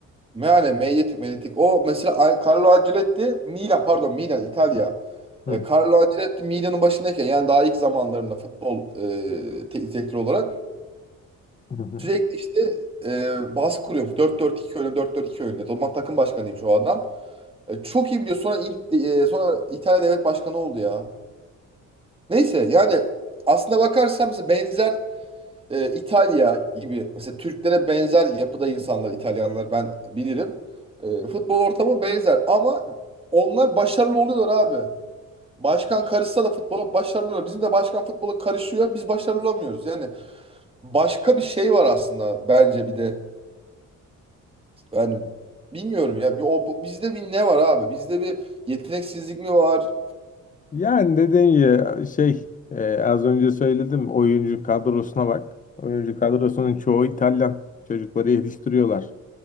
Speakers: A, on the right (about 20°); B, on the left (about 25°).
A: Yani Medyatik Medyatik. O mesela A- Carlo Ancelotti Milan pardon Milan İtalya.
B: Hı
A: E,
B: hı,
A: Carlo Ancelotti Milan'ın başındayken yani daha ilk zamanlarında futbol e, teknik direktör olarak
B: hı hı.
A: sürekli işte e, baskı kuruyormuş. dört 4 2 oyunu dört 4 2 oyunu. O zaman takım başkanıymış o adam. E, çok iyi biliyor. Sonra İng- e, sonra İtalya devlet başkanı oldu ya. Neyse yani aslında bakarsan mesela benzer e, İtalya gibi mesela Türklere benzer yapıda insanlar İtalyanlar ben bilirim. E, futbol ortamı benzer ama onlar başarılı oluyorlar abi. Başkan karışsa da futbola başarılı oluyor. Bizim de başkan futbola karışıyor. Biz başarılı olamıyoruz. Yani başka bir şey var aslında bence bir de. Yani bilmiyorum ya. Bir, o, bu- bizde bir ne var abi? Bizde bir yeteneksizlik mi var?
B: Yani dediğim gibi şey e, az önce söyledim oyuncu kadrosuna bak. Oyuncu kadrosunun çoğu İtalyan. Çocukları yetiştiriyorlar.